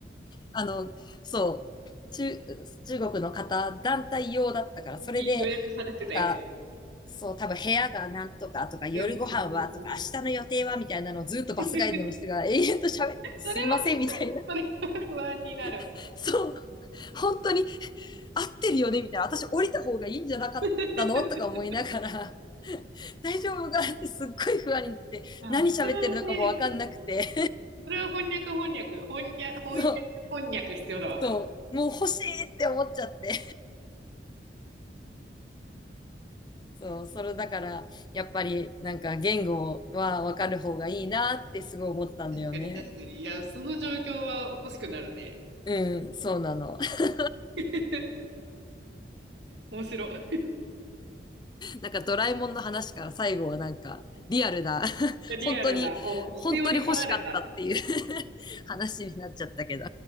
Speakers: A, on the left; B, on the right.
A: あの、そう、中、中国の方、団体用だったから、それで、
B: に予約されてたやつ。
A: なんか、
B: う
A: そう、多分部屋がなんとかとか、夜ご飯はとか、
B: んうんうんうん。
A: 明日の予定はみたいなのをずっとバスガイドの人が永遠と喋ってて、
B: <laughs>
A: すいませんみたいな。
B: それは、それは不安になる。
A: <laughs> そう、本当に合ってるよねみたいな。私降りた方がいいんじゃなかったのとか思いながら、
B: <laughs>
A: 大丈夫かってすっごい不安になって、
B: あ、
A: 何喋ってるのかもわかんなくて、
B: それはね、それは翻訳翻訳、翻訳、翻訳、
A: <laughs> そう、
B: 翻訳必要だわ。
A: そう、もう欲しいって思っちゃって。そう、それだから、やっぱりなんか言語はわかる方がいいなってすごい思ったんだよね。
B: 確かに確かに。いや、その状況は欲しくなるね。
A: うん、そうなの。<laughs>
B: <laughs> 面白
A: なんかドラえもんの話から最後はなんかリアルな、<laughs>
B: い。リアルな、
A: 本当に、
B: もう必要に駆られた。
A: 本当に欲しかったっていう <laughs> 話になっちゃったけど。